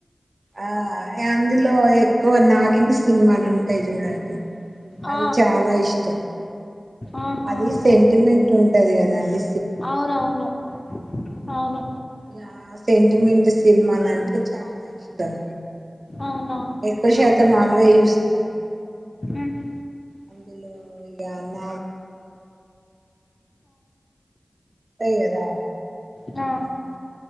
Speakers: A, on the right (about 65°); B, on the left (about 40°).
A: ఆ అందులో ఎక్కువ నాగిని సినిమాల్ ఉంటాయ్ జూడండి
B: ఆ
A: అవి చాలా ఇష్టం
B: ఆ ఆహా
A: అది సెంటిమెంట్ ఉంటది గదండీ
B: అవునవును అవును
A: ఇగ సెంటిమెంట్ సినిమాలన్టె చాలా ఇష్టం
B: అవునా
A: ఎక్కువ శాతం అవే జూస్తా
B: ఆహు
A: <inaudible> అంతే గదా
B: ఆ
A: అని